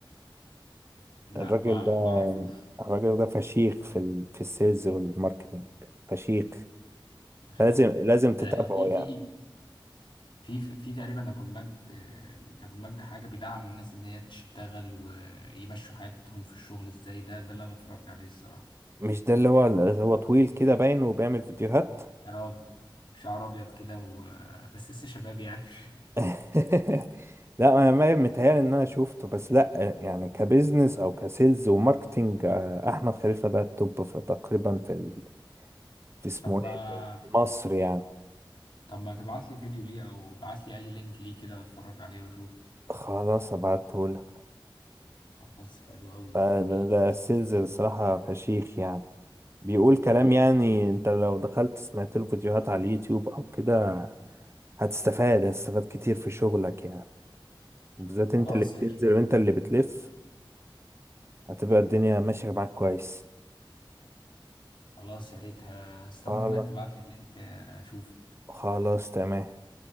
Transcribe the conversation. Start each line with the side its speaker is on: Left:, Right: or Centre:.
Left: لا
Right: الراجل
Left: ما
Right: ده
Left: ما اعرفوش
Right: الراجل ده فشيخ في ال... في السيلز والماركتينج فشيخ
Left: ما شاء
Right: لازم
Left: الله
Right: لازم تتابعه
Left: انا في
Right: يعني
Left: في في في تقريبا ابو المجد آه، ابو المجد حاجه بيدعم الناس ان هي تشتغل ويمشوا حياتهم في الشغل ازاي ده ده اللي انا بتفرج عليه الصراحه
Right: مش ده اللي هو هو طويل كده باين وبيعمل فيديوهات
Left: اه شعر ابيض كده و... <laughs> بس لسه شباب يعني <laughs>
Right: <laughs> لا انا ما متهيألي ان انا شفته بس لا يعني كبزنس او كسيلز وماركتينج آه، احمد خليفه ده التوب في تقريبا في ال... في اسمه
Left: طب ما
Right: ايه ده؟ مصر يعني
Left: طب ما تبعت لي فيديو ليه او ابعت لي اي لينك ليه كده اتفرج عليه واشوف
Right: خلاص ابعته لك
Left: خلاص حلو قوي
Right: ده
Left: يعني
Right: ده السيلز الصراحه فشيخ يعني بيقول كلام
Left: جامد
Right: يعني
Left: جدا.
Right: انت لو دخلت سمعت له فيديوهات على اليوتيوب او كده هتستفاد هتستفاد كتير في شغلك يعني وبالذات انت
Left: خلاص
Right: اللي بتنزل
Left: يا ريت
Right: وانت اللي بتلف هتبقى الدنيا ماشيه معاك كويس
Left: خلاص يا ريت هستنى
Right: خلاص
Left: منك تبعت لي اللينك آه، اشوفه
Right: خلاص تمام